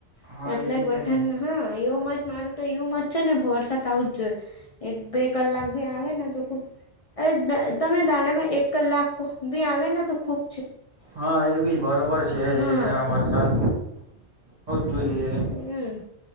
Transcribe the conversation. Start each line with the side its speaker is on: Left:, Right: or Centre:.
Right: હા
Left: એટલે
Right: એ બી
Left: બઠણ
Right: છે ને
Left: હા યું મ જ મારું તો યું મ છે ને વરસાદ આવું જ જોઈ એક બે કલાક ભી આવે ને તો ખુબ અ તમે દાણામાં એક કલાક ભી આવેને તો ખૂબ
Right: હા એ ભી બરોબર છે
Left: હા
Right: એ
Left: તો
Right: વરસાદ જોઈએ.
Left: હમ